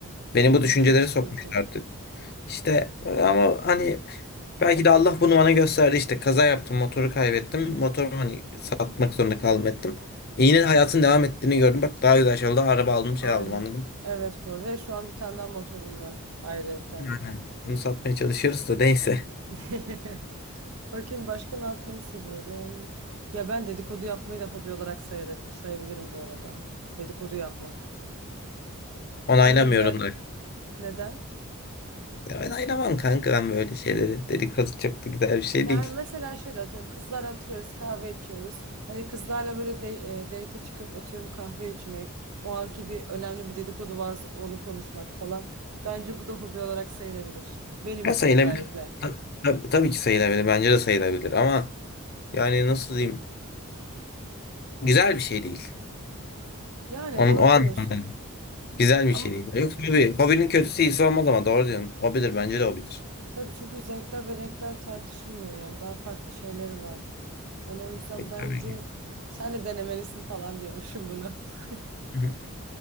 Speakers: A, on the left; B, on the right.
A: Beni bu düşüncelere
B: O çok sıkıntı.
A: sokmuşlar İşte ama hani belki de Allah bunu bana gösterdi işte kaza yaptım motoru kaybettim motorumu hani satmak zorunda kaldım ettim. E yine hayatın devam ettiğini gördüm bak daha güzel şey oldu araba aldım şey
B: Aynen.
A: aldım anladın mı?
B: Evet bu arada. Ve şu an bir tane daha motorum var ayrıyetten.
A: Yani bunu satmaya çalışıyoruz da neyse
B: <laughs> Bakayım başka ne yapmayı seviyorum. Ya ben dedikodu yapmayı da hobi olarak sayabilir, sayabilirim bu arada. Dedikodu yapmak. Herhangi
A: onaylamıyorum
B: bir yerde.
A: da.
B: Neden?
A: Ya ben ayıramam kanka ben böyle şeyleri dedikodu çok da güzel bir şey
B: Yani
A: değil.
B: mesela şöyle atıyorum kızlar atıyoruz kahve içiyoruz. Hani kızlarla böyle de, e, date çıkıp atıyorum kahve içmek. O anki bir önemli bir dedikodu varsa onu konuşmak falan. Bence bu da hobi olarak sayılabilir. Benim
A: Ya
B: için
A: sayılabilir.
B: özellikle.
A: Ta- ta- tabii ki sayılabilir bence de sayılabilir ama yani nasıl diyeyim güzel bir şey değil.
B: Yani
A: Onun,
B: doğru
A: o anlamda.
B: diyorsun.
A: Güzel bir
B: Ama
A: şey değil. Yok tabii. Hobinin kötüsü iyisi olmaz ama doğru diyorsun. Hobidir bence de hobidir.
B: tabii çünkü zevkler ve renkler tartışılmıyor yani. Daha farklı şeyleri var. Hani o yüzden
A: E,
B: bence
A: Tabii ki.
B: sen de denemelisin falan diyormuşum bunu. <laughs>
A: Hı hı.